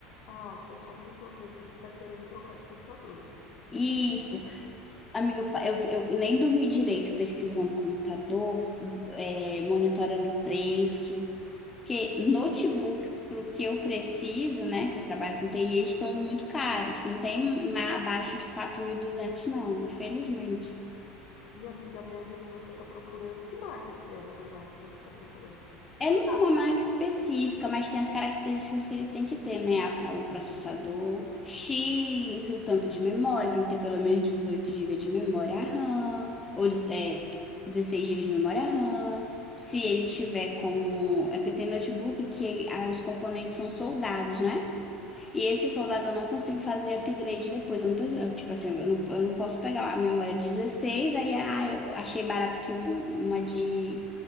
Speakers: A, on the left; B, on the left.
A: Ah, você comentou mesmo que tá querendo trocar de computador.
B: Isso. Amiga, eu, pa- eu eu nem dormi direito pesquisando computador, é, monitorando preço. Porque notebook, para o que eu preciso, né, que eu trabalho com TI, eles estão muito caros. Não tem ma- abaixo de 4.200 não, infelizmente.
A: E, amiga, a média que você tá procurando, que marca que é, na verdade, que você tá procurando?
B: É, não é uma marca específica, mas tem as características que ele tem que ter, né? A- a- O processador X, o tanto de memória, tem que ter pelo menos 18 gigas de memória RAM, ou de- é, 16 gigas de memória RAM. Se ele tiver com. É porque tem notebook que ah, os componentes são soldados, né? E esse soldado eu não consigo fazer upgrade depois. Eu não, preciso- eu, tipo assim, eu não, eu não posso pegar a memória 16 aí ah, eu achei barato que um- uma de